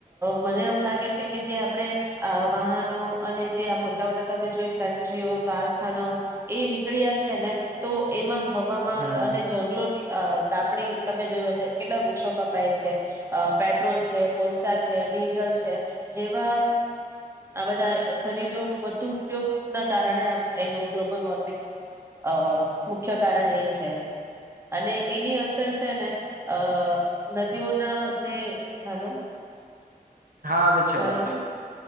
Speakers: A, on the right (about 15°); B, on the right (about 65°).
A: મને એવું લાગે છે. કે જે આપણેે આ વાહનો અને જે આ મોટા મોટા તમે જોઈ ફેક્ટરીઓ કારખાનાઓ એ નીકળ્યા છે ને તો એમાં. હવામાં
B: હમ
A: અને જંગલોની. અ કાપણી તમે જોયો હશે કેટલા વૃક્ષો કપાય છે પેટ્રોલ છે કોલસા છે ડીઝલ છે. જેવા આ બધા ખનીજોનું વધુ ઉપયોગ ના કારણે એનું ગ્લોબલ વોર્મિંગનું અ મુખ્ય કારણ એ છે. અને એની અસર છે, ને અ નદીઓ ના જે હેલો.
B: હા આવે છે અવાજ
A: હલો